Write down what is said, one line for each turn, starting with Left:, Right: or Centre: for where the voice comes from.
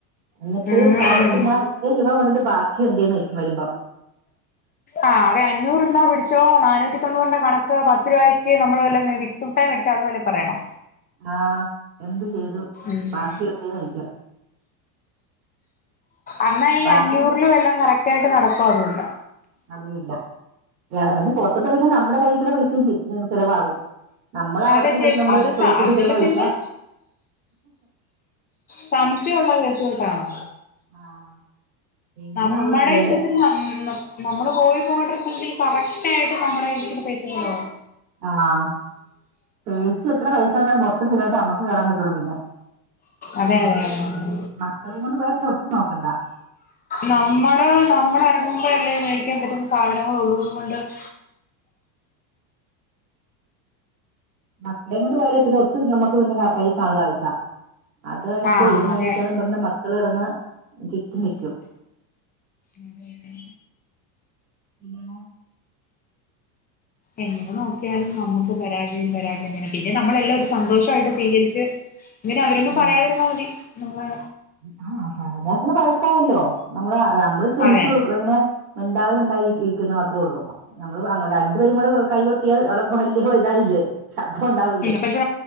Right: എന്നിട്ട്
Left: ഉം
Right: തന്നിട്ട് ന്നാ ഇത്രയും രൂപ കൊണ്ടിട്ട് ബാക്കി എന്തേചോയിയ്ക്കും വരുമ്പോ
Left: ആഹ് അതെ അഞ്ഞൂറ് ന്നോ പിടിച്ചോ നാനൂറ്റി തൊണ്ണൂറിന്റെ കണക്ക് പത്ത് രൂപക്ക് നമ്മള് വല്ലോം <unintelligible> മടിച്ചാ അതുപോലെ പറയണം
Right: ആഹ് എന്ത് ചെയ്തു
Left: ഉം
Right: ബാക്കി എന്തേലും കഴിക്കാ
Left: അന്നാ ഈ
Right: ബാക്കി
Left: അഞ്ഞൂറില് വല്ലോം കറക്റ്റ് ആയിട്ട് നടക്കോ അതും ഇല്ല
Right: അതുമല്ല അതിന് പുറത്തോട്ട് ഇറ ങ്ങുമ്പോൾ നമ്മുടെ കൈയിലുള്ള പൈസയും ചെലവാകും നമ്മൾ അവിടുന്ന്
Left: അതെ
Right: ഇവിടുന്ന്
Left: ചേ
Right: നമ്മള്
Left: അത്
Right: സെരുക്കൂട്ടി
Left: അതില്
Right: വച്ചിരിക്കണ പൈസ
Left: പിന്നെ സംശയമുള്ള രസമായിട്ടാണോ
Right: ആഹ് എങ്ങനെ
Left: നമ്മുടെ
Right: നമ്മള് എവിടെ
Left: ഇഷ്ടത്തി നമ്മള് പോ പോയിട്ടെങ്കിൽ കറക്റ്റ് ആയിട്ട് നമ്മുടെ ഇരിക്കുന്ന പൈസ ചിലവാകും
Right: ആഹ് പേഴ്സിൽ എത്ര പൈസ ഉണ്ടായാലും മൊത്തം ചിലവായിട്ടെ നമ്മക്ക് കേറാൻ പറ്റുള്ളൂ പിന്നെ
Left: അതെ അതെ അതെ അതെ
Right: മക്കളെയും കൊണ്ട് പോയ പിന്നെ ഒട്ടും നോക്കണ്ടാ
Left: നമ്മള് നമ്മൾ ഇറങ്ങുമ്പോഴ് അല്ലേ മേടിക്കാൻ പറ്റും സാധനങ്ങളുളളു എന്നും പറഞ്ഞ് കൊണ്ട്
Right: മക്കളെ കൊണ്ട് പോയാലേ പിന്നെ ഒട്ടും നമ്മുക്ക് പിന്നെ കൈ കാണുല്ല പൈസ അത് മേടിച്ചാ
Left: ആഹ്
Right: ഇത് മേടിച്ചാ
Left: അതെ
Right: എന്നും പറഞ്ഞു മക്കൾ കിടന്ന് ചുറ്റും നിൽക്കും
Left: അതെ അതെ
Right: പിന്നെ
Left: എങ്ങനെ നോക്കിയാലും നമുക്ക് പരാജയം പരാജയം തന്നെ പിന്നെ നമ്മളെല്ലാം ഒരു സന്തോഷമായിട്ട് സ്വീകരിച്ച് ഇങ്ങനെ അവരൊന്നും
Right: ഉം
Left: പറയാതിരുന്നാൽ മതി നമ്മള
Right: ആഹ് പറഞ്ഞ പിന്നെ വഴക്കായല്ലോ നമ്മള് അഹ് നമ്മള് ക്ഷമിച്ചു
Left: അതെ
Right: കൊടുക്കും ങ്ങനെ മിണ്ടാതെ മിണ്ടായി ഇയ് ഇയിക്കുന്ന മാത്രം ഒള്ളൂ നമ്മള് അങ്ങനെ രണ്ടുപേരും കൂടെ കോ കൈകൊട്ടിയാൽ അവിടെ വലിയ ഇതായില്ലേ ശബ്ദം ഉണ്ടാവൂലേ
Left: ഉം പക്ഷെ